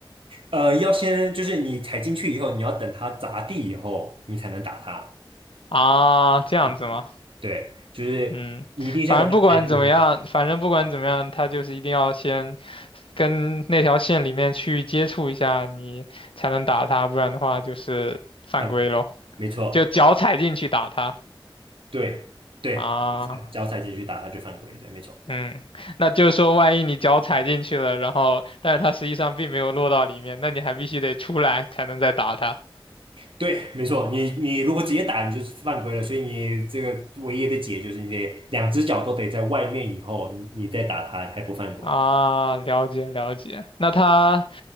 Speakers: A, on the right; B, on the left.
A: 呃，要先就是你踩进去以后，你要等它砸地以后，你才能打它，
B: 啊，这样子吗？
A: 嗯对，就是你一定是要等它弹了以后
B: 嗯，反正不管怎么样，反正不管怎么样，它就是一定要先跟那条线里面去接触一下，你才能打它，不然的话就是犯规咯，
A: 犯规，没错。
B: 就脚踩进去打它
A: 对对，
B: 啊。
A: 脚踩进去打他就犯规，对，没错，
B: 嗯，那就是说，万一你脚踩进去了，然后但是它实际上并没有落到里面，那你还必须得出来才能再打它。
A: 对，没错。你你如果直接打，你就是犯规了，所以你这个唯一的解就是你得两只脚都得在外面以后，你你再打他才不犯规。
B: 啊，了解了解。那它